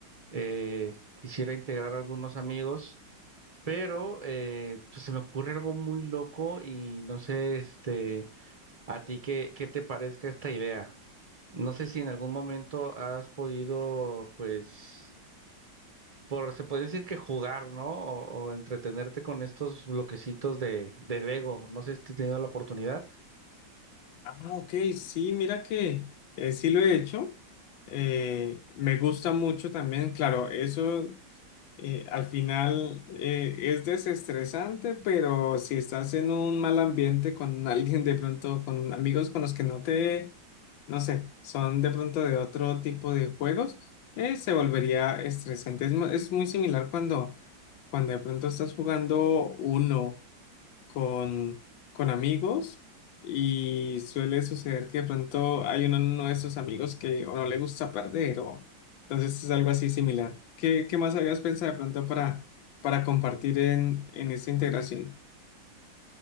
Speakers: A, on the right; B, on the left.
A: Eh, quisiera integrar algunos amigos, pero eh, pues se me ocurre algo muy loco y no sé, este, a ti qué, qué te parezca esta idea. No sé si en algún momento has podido, pues por, se puede decir que jugar, ¿no? O, o entretenerte con estos bloquecitos de, de Lego. No sé si he tenido la oportunidad.
B: Ah, ok, sí, mira que eh, sí lo he hecho. Eh, me gusta mucho también, claro, eso eh, al final eh, es desestresante, pero si estás en un mal ambiente con <laughs> alguien de pronto, con amigos con los que no te, no sé, son de pronto de otro tipo de juegos, eh, se volvería estresante. Es, mu- es muy similar cuando, cuando de pronto estás jugando uno con, con amigos y suele suceder que de pronto hay uno, uno de esos amigos que o no le gusta perder o entonces es algo así similar. ¿Qué, qué más habías pensado de pronto para, para compartir en, en esta integración?